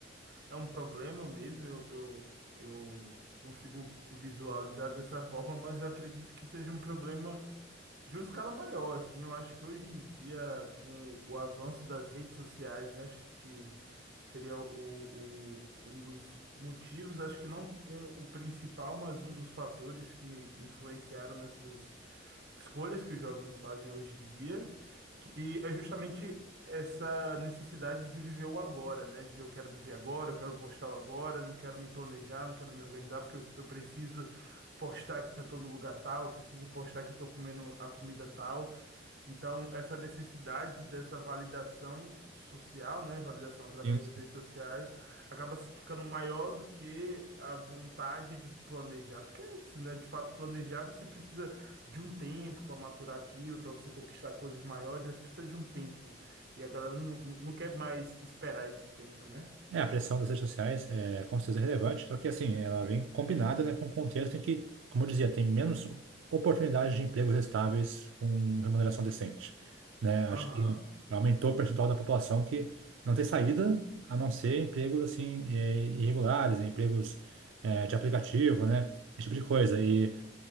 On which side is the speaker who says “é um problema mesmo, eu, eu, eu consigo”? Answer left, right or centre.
Right